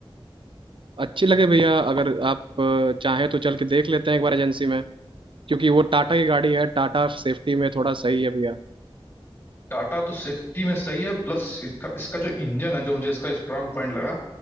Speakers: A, on the right; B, on the left.
A: अच्छी लगे भैया अगर आप अ, चाहें तो चल के देख लेते हैं एक बार एजेंसी में क्योंकि वो टाटा की गाड़ी है टाटा सेफ्टी में थोड़ा सही है भैया
B: टाटा तो सेफ्टी में सही है प्लस इसका, इसका जो इंजन है जो मुझे इसका स्ट्रांग पॉइंट लगा